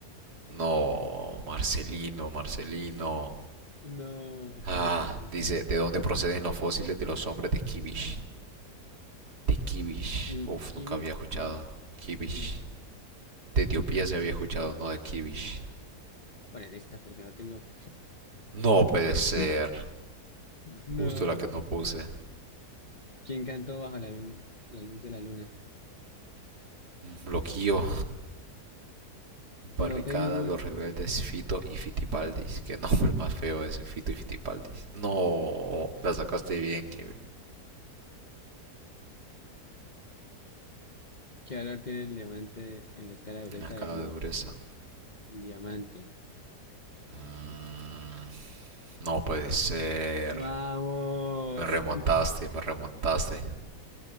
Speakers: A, on the right; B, on the left.
A: No, Marcelino, Marcelino.
B: No, está
A: Ah,
B: muy complicada.
A: dice, ¿de dónde proceden los fósiles de los hombres de Kibish? De Kibish.
B: Ki-
A: Uf,
B: Kimmich,
A: nunca había escuchado.
B: Kimmich,
A: Kibish.
B: Kimmich. Voy
A: De Etiopía se había escuchado, no de Kibish.
B: a poner esta porque no tengo.
A: No puede ser.
B: <laughs> No.
A: Justo la que no puse.
B: ¿Quién cantó bajo la luna, la luz de la luna?
A: Bloqueo.
B: No
A: Barricada,
B: tengo.
A: los rebeldes, Fito y Fitipaldis. Qué nombre más feo ese, Fito y Fitipaldis. No, la sacaste bien, que
B: ¿Qué valor tiene el diamante en la escala de dureza
A: me escala
B: de Mohs?
A: de dureza.
B: El diamante.
A: Mm, no puede ser.
B: Vamos.
A: Me remontaste,
B: <laughs>
A: me remontaste.